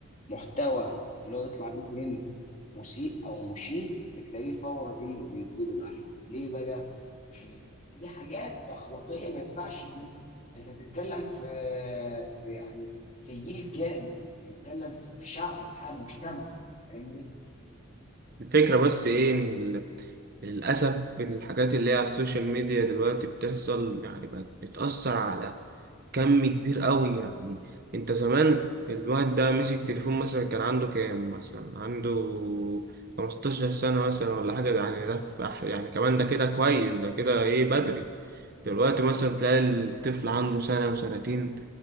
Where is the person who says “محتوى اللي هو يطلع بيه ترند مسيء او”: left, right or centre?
Left